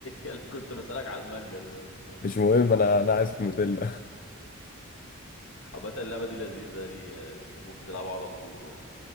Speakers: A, on the left (about 60°); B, on the left (about 40°).
A: أنا كنت بسألك على المانجا دلوقتي
B: <laughs>
A: طيب.
B: مش مهم انا انا عايز نوتيلا
A: عامة اللعبة دي لذيذة يعني آه، ممكن نلعبها على طول برضه